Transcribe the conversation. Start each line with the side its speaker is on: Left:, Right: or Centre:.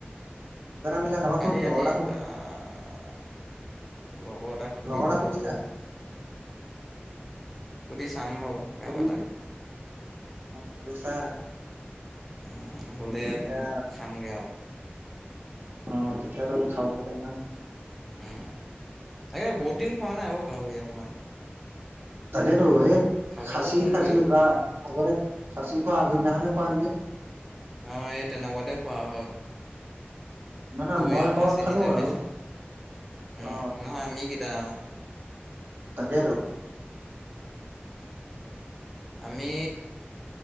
Right: কিবা এটা মিলা কাৰোবাক
Centre: কালি
Right: সুধ লগৰ
Centre: ৰাতি
Right: এটা সুধ
Centre: আহ। লগৰ এটাক সুধি
Right: লগৰ
Centre: গলোঁ।
Right: এটা সুধিছা
Centre: সুধি চাম বাৰু কাৰবাৰ
Right: সুধি
Centre: এটাক।
Right: সুধি চা
Centre: উম, হ'লে
Right: তেতিয়া
Centre: খামগে আহ।
Right: অ, তেতিয়া আৰু খাব খ না।
Centre: উম, তাকে বহুত দিন খোৱা নাই অ' গাহৰি অকমান।
Right: তাকেইেতো এই
Centre: খাবলৈও
Right: খাচী
Centre: মন
Right: খাইছিলোঁ
Centre: গৈ আছে
Right: ধৰা আগতে। সাচি খোৱা আগদিনাখনে খোৱা নেকি।
Centre: হয়, এই তেনেকুৱাতে খোৱা হয়।
Right: নহয়
Centre: দৈ
Right: নহয়
Centre: আৰু
Right: মই বাৰু
Centre: সাঁচি
Right: খালো
Centre: দি যে
Right: আৰু
Centre: মাৰি উম,
Right: অ
Centre: নহয় আমি কেইটা অ'।
Right: টাকে টো।
Centre: আমি